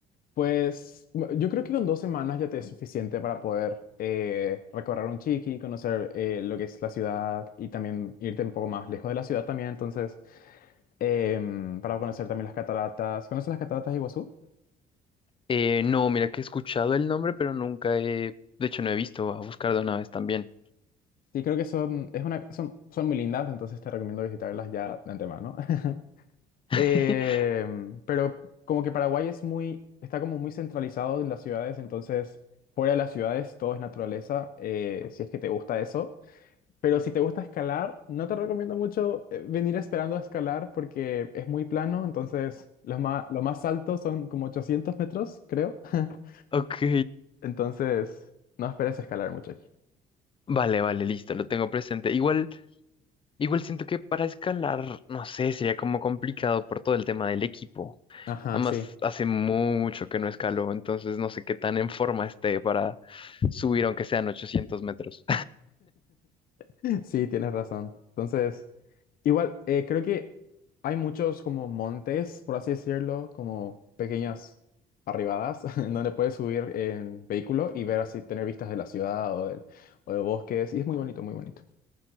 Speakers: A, on the left; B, on the left.
A: Pues bu- yo creo que con dos semanas ya te es suficiente para poder eh, recorrer un chiqui, conocer eh, lo que es la ciudad y también irte un poco más lejos de la ciudad también. Entonces, em, para conocer también las cataratas. ¿Conoces las cataratas de Iguazú?
B: Eh, no, mira que he escuchado el nombre, pero nunca he, de hecho no he visto, a buscar de una vez también.
A: Sí, creo que son, es una, son, son muy lindas, entonces te recomiendo visitarlas ya de antemano. <laughs>
B: <laughs>
A: Eh, pero como que Paraguay es muy, está como muy centralizado en las ciudades, entonces fuera de las ciudades todo es naturaleza, eh, si es que te gusta eso. Pero si te gusta escalar, no te recomiendo mucho eh, venir esperando a escalar porque es muy plano, entonces los más, lo más altos son como 800 metros, creo. <laughs>
B: Ok,
A: Entonces no esperes escalar mucho aquí.
B: vale, vale, listo, lo tengo presente. Igual, igual siento que para escalar, no sé, sería como complicado por todo el tema del equipo.
A: Ajá,
B: Además,
A: sí.
B: hace mucho que no escaló, entonces no sé qué tan en forma esté para subir aunque sean 800 metros.
A: <laughs> Sí, tienes razón. Entonces, igual, eh, creo que hay muchos como montes, por así decirlo, como pequeñas arribadas, <laughs> en donde puedes subir en vehículo y ver así, tener vistas de la ciudad o, del- o de bosques. Y es muy bonito, muy bonito.